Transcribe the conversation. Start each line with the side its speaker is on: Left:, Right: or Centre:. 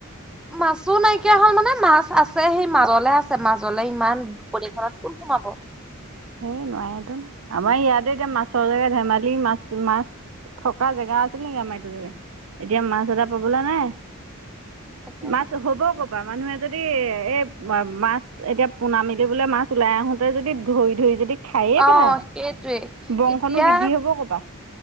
Centre: মাছো নাইকিয়া হ'ল মানে মাছ আছে সেই মাজলে আছে মাজলে ইমান দুপৰীখনাত কোন সোমাব।
Right: সেই নোৱাৰে টোন আমাৰ ইয়াতে এতিয়া মাছৰ জেগা ধেমালি মাছ মাছ <unintelligible> থকা জেগা আছিল নেকি আমাৰ এইটো জেগা। এতিয়া মাছ এটা পাবলৈ নাই।
Centre: তাকে
Right: মাছ হ'ব কঁপা মানুহে যদি এই মাছ এতিয়া পোনা মেলি বোলে মাছ ওলাই আহোতে যদি ধৰি ধৰি যদি খায়ে
Centre: আহ,
Right: পেলাই
Centre: সেইটোৱে
Right: বংশনো
Centre: এতিয়া
Right: বৃদ্ধি হ'ব ক'পা।